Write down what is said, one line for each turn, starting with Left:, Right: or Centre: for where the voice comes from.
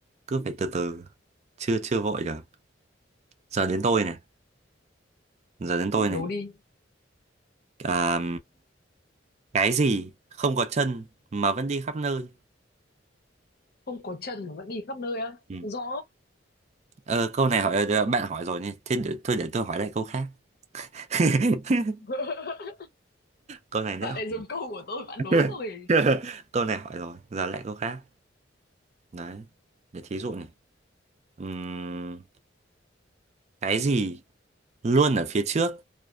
Right: cứ phải từ từ chưa chưa vội được giờ đến tôi này giờ đến tôi
Left: đố
Right: này
Left: đi
Right: à, cái gì không có chân mà vẫn đi khắp nơi
Left: không có chân mà vẫn đi khắp nơi á
Right: Ừ.
Left: gió
Right: Ờ, câu này hỏi ờ, bạn hỏi rồi nhỉ. Thế để, thôi để tôi hỏi lại câu khác. <laughs>
Left: <laughs>
Right: Câu này đấy,
Left: bạn ấy dùng câu của tôi bạn
Right: <laughs>
Left: đố tôi
Right: câu này hỏi rồi, giờ lại câu khác. Đấy. Để thí dụ này. Ừm, cái gì luôn ở phía trước